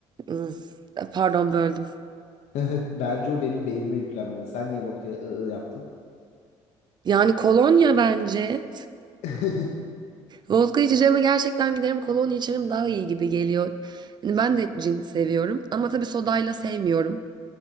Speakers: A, on the right; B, on the left.
A: ıı, pardon böldüm.
B: <laughs> Bence o benim beynime yüklenmeden. Sen niye vodkaya ı, ı yaptın?
A: Yani kolonya bence.
B: <laughs>
A: Vodka içeceğime gerçekten giderim kolonya içerim daha iyi gibi geliyor. Yani ben de cin seviyorum ama tabii sodayla sevmiyorum.